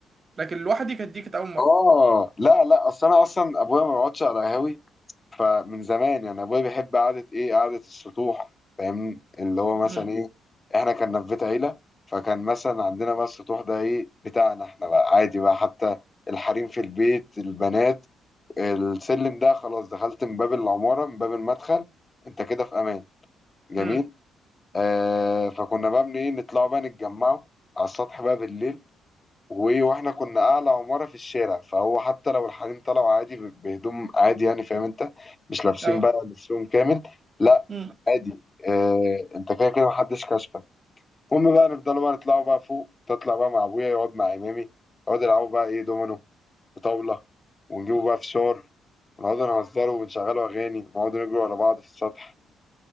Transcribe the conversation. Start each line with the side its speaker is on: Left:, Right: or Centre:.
Right: لكن لوحدي كانت دي كانت أول مرة
Left: اه لا لا اصل انا اصلا ابويا ما بيقعدش على قهاوي فمن زمان يعني ابويا بيحب قعده ايه قعده السطوح فاهمني اللي هو مثلا
Right: امم
Left: ايه احنا كنا في بيت عيله فكان مثلا عندنا بقى السطوح ده ايه بتاعنا احنا بقى عادي بقى حتى الحريم في البيت البنات السلم ده خلاص دخلت من باب العماره من باب المدخل انت كده في امان جميل
Right: امم
Left: آه فكنا بقى من ايه نطلع بقى نتجمعوا على السطح بقى بالليل و- واحنا كنا اعلى عماره في الشارع فهو حتى لو الحريم طلعوا عادي ب- بهدوم عادي يعني فاهم انت مش لابسين
Right: اه
Left: بقى لبسهم كامل لا
Right: امم
Left: عادي آه انت كده كده محدش كشفك المهم بقى نفضلوا بقى نطلعوا بقى فوق تطلع بقى مع ابويا يقعد مع امامي يقعدوا يلعبوا بقى ايه دومينو وطاوله ونجيبوا بقى فشار ونقعدوا نهزروا ونشغلوا اغاني ونقعدوا نجروا على بعض في السطح